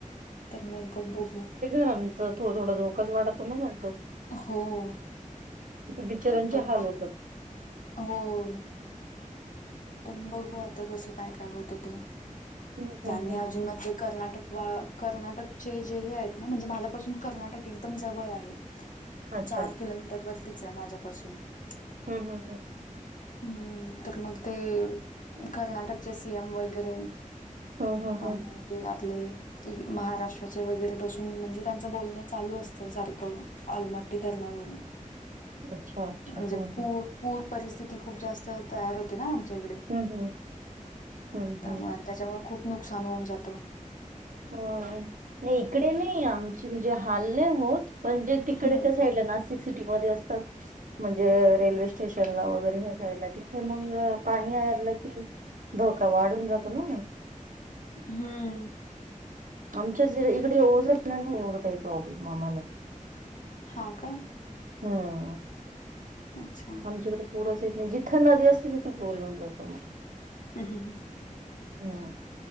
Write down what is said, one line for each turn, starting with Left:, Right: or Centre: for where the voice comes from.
Left: तर मग बघू
Right: आमच <unintelligible> तो थोडा धोकाच वाटतो ना म्हगतो <unintelligible>
Left: हो <unintelligible>
Right: त बिचार्यांचे
Left: तर
Right: हाल
Left: मग
Right: होतात <unintelligible>
Left: हो <unintelligible> बघू आता कसं काय काय होतं ते
Right: हम्म
Left: त्यांनी
Right: हम्म हम्म
Left: अजून मा कर्नाटक वा कर्नाटकचे जे हे आहेत ना म्हणजे माझ्यापासून कर्नाटक एकदम जवळ आहेत
Right: <inaudible> <unintelligible>
Left: चार
Right: अच्छा
Left: किलोमीटर वरतीच आहे माझ्यापासून <unintelligible>
Right: हम हम हं <unintelligible>
Left: हम्म तर मग ते कर्नाटकचे सीएम वगैरे
Right: हम्म हम्म हम्म हम्म.
Left: आणि हे आपले महाराष्ट्राचे वगैरे बसून म्हणजे त्यांचं बोलणं चालू असतं सारखं <unintelligible> आलमट्टी धरणावरून <unintelligible>
Right: <inaudible> <unintelligible> अच्छा
Left: म्हणजे
Right: हम्म
Left: पूर पूर परिस्थिती खूप जास्त तयार होते ना आमच्या इकडे
Right: हम्म हम्म हम्म
Left: त्यामुळे
Right: हम्म <unintelligible>
Left: आणि त्याच्यामुळे खूप नुकसान होऊन जातो <unintelligible>
Right: अ नाही इकडे नाही आमची म्हणजे हाल नाही होत म्हणजे तिकडे
Left: हम्म
Right: त्या साईडला नाशिक सिटीमध्ये असतात म्हणजे रेल्वे स्टेशन ला वगैरे ह साईडला तिथे मग पाणीलं की धोका वाढून जातो ना <unintelligible>
Left: हम्म <unintelligible>
Right: आमच्या ज इकडे ओसर नाही एवढं काही प्रॉब्लेम आम्हाला
Left: हा का <unintelligible>
Right: हम <unintelligible>
Left: अच्छा
Right: आमच्याकडे पूरच येत नाही जिथं नदी असते तिथं पूर येऊन जातो मग
Left: हम हमम <unintelligible>
Right: ह